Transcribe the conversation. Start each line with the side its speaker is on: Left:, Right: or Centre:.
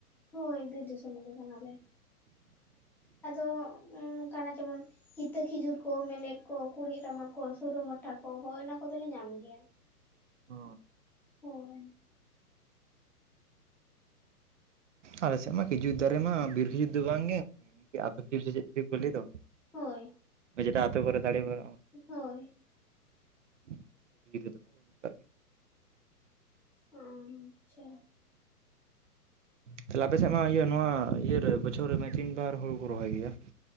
Centre: ᱦᱳᱭ ᱵᱤᱨ ᱫᱤᱥᱚᱢ ᱜᱮ ᱠᱟᱱᱟᱞᱮ ᱟᱫᱚ ᱱᱚᱝᱠᱟᱱᱟᱜ ᱡᱮᱢᱚᱱ ᱠᱤᱛᱟᱹ ᱠᱷᱤᱡᱩᱨ ᱠᱚ ᱢᱮᱞᱮᱫ ᱠᱚ ᱠᱩᱲᱤ ᱨᱟᱢᱟ ᱠᱚ ᱥᱩᱨᱩ ᱢᱟᱴᱟ ᱠᱚ ᱦᱚ ᱚᱱᱟ ᱠᱚᱫᱚᱞᱮ ᱧᱟᱢ ᱜᱮᱭᱟ᱾ <inaudible>
Right: ᱚ
Centre: ᱦᱳᱭ
Right: ᱟᱞᱮᱥᱮᱫ ᱢᱟ ᱠᱷᱤᱡᱩᱨ ᱫᱟᱨᱮ ᱢᱟ ᱵᱤᱨ ᱠᱷᱤᱡᱩᱨ ᱫᱚ ᱵᱟᱝ ᱜᱮ ᱵᱤᱨ ᱠᱷᱤᱡᱩᱨ ᱥᱮ ᱪᱮᱫ ᱠᱚ ᱞᱟᱹᱭᱮᱫ ᱫᱚ
Centre: ᱦᱳᱭ
Right: ᱡᱮᱴᱟ ᱟᱯᱮ ᱠᱚᱨᱮ ᱫᱥᱲᱮ ᱵᱟ
Centre: ᱦᱳᱭ
Right: <unintelligible> ᱜᱮ
Centre: ᱚ ᱟᱪᱪᱷᱟ
Right: ᱛᱟᱦᱞᱮ ᱟᱯᱮ ᱥᱮᱫ ᱢᱟ ᱤᱭᱟᱹ ᱱᱚᱣᱟ ᱤᱭᱟᱹᱨᱮ ᱵᱚᱪᱷᱚᱨ ᱨᱮ ᱢᱮ ᱛᱤᱱ ᱵᱟᱨ ᱦᱩᱲᱩ ᱠᱚ ᱨᱚᱦᱚᱭ ᱜᱮᱭᱟ?